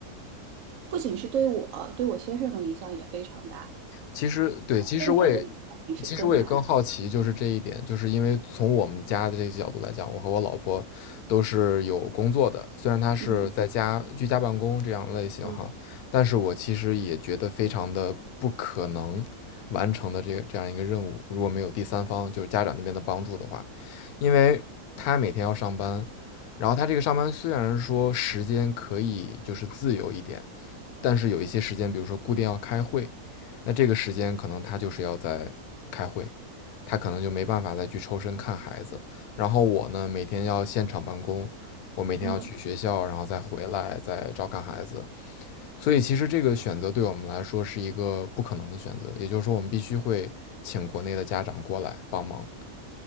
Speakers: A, on the right; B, on the left.
A: 不仅是对我，对我先生的影响也非常大，
B: 其实对，其实我也，
A: 对我的影响也是更大的。
B: 其实我也更好奇，就是这一点，就是因为从我们家的这个角度来讲，我和我老婆都是有工作的，虽然她是在家居家办公这样的类型哈，
A: 嗯嗯
B: 但是我其实也觉得非常的不可能完成的这个这样一个任务，如果没有第三方，就是家长那边的帮助的话，因为她每天要上班，然后她这个上班虽然说时间可以就是自由一点。但是有一些时间，比如说固定要开会，那这个时间可能他就是要在开会，他可能就没办法再去抽身看孩子。然后我呢，每天要现场办公，我每天要去学校，
A: 嗯，
B: 然后再回来再照看孩子。所以其实这个选择对我们来说是一个不可能的选择，也就是说我们必须会请国内的家长过来帮忙。